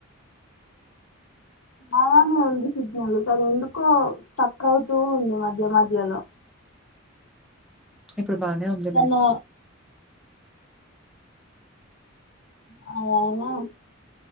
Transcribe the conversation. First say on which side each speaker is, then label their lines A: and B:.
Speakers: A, on the left (about 85°); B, in the centre.
A: బగనే ఉంది సిగ్నల్ కానీ ఎందుకో స్ట్రక్ అవుతూ ఉంది మధ్య మధ్యలో
B: ఇప్పుడు బానే ఉందిలే
A: దాన్ని అది అయినా